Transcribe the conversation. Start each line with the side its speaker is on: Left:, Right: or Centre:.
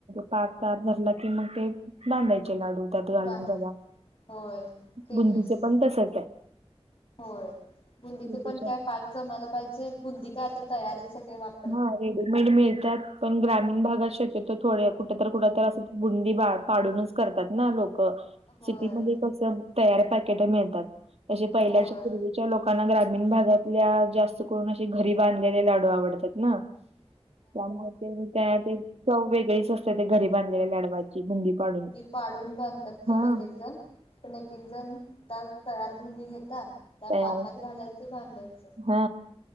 Right: पाक तार धरला की मग ते बांधायचे लाडू. त्यात घालून
Left: बांध
Right: रवा,
Left: होय ते
Right: बुंदीचे
Left: बेस्ट
Right: पण तसच आहे.
Left: होय, बुंदीचे
Right: बुंदीच्या
Left: पण काय पाक जमायला पाहिजे, बुंदी काय आता तयारच सगळे वापर
Right: हा रेडी मेड मिळत्यात, पण ग्रामीण भागात शक्यतो थोड्या कुठ तर, कुठ तर, अस बुंदी पाडूनच करत्यात ना लोक.
Left: होय
Right: सिटीमध्ये कस तयार पॅकेट मिळतात, अशे पहिल्याच्या
Left: होय
Right: पूर्वी लोकांना ग्रामीण भागातल्या जास्त करून असे घरी बांधलेले लाडू आवडतात ना त्यामुळे ते त्या ते चव वेगळीच असते, ते घरी बांधलेल्या लाडवाची
Left: हा
Right: बुंदी पाडून.
Left: पाडून बांधत्यात सोड
Right: हा
Left: एक-एक जण. पण एक-एक जण त्या तयार बुंदी घेतात, त्या
Right: तयार
Left: पाकात घालायचं बांधायचं.
Right: हा,